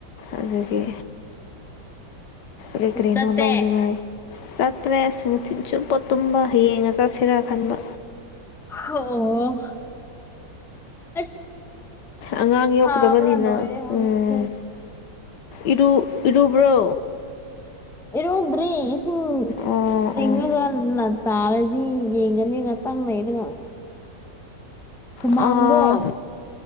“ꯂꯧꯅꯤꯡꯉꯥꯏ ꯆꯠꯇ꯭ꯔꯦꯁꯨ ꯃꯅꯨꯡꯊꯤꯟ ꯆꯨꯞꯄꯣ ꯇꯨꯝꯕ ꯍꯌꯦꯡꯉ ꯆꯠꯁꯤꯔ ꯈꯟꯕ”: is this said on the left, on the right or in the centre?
Left